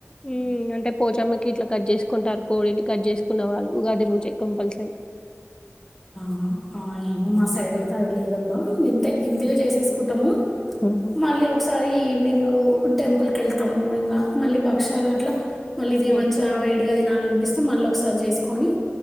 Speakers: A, on the left; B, in the centre.
A: ఉమ్ అంటే పోచమ్మకి ఇట్లా కట్ చేసుకుంటారు కోడిని కట్ చేసుకున్న వాళ్ళు ఉగాది రోజే కంపల్సరీ
B: ఆ ఆ ఏమో మా సైడ్ అయితే అది లేదబ్బా ఇంతే
A: ఓకే.
B: ఇంతే చేసేసుకుంటాము.
A: హుహు.
B: మళ్ళీ ఒకసారి ఈవినింగ్ టెంపుల్కి వెళ్తాము ఇంకా మళ్ళీ భక్ష్యాలు అట్లా మళ్ళీ ఇది
A: హుహు.
B: మంచిగా వేడిగా తినాలనిపిస్తే మళ్ళీ ఒకసారి చేసుకొని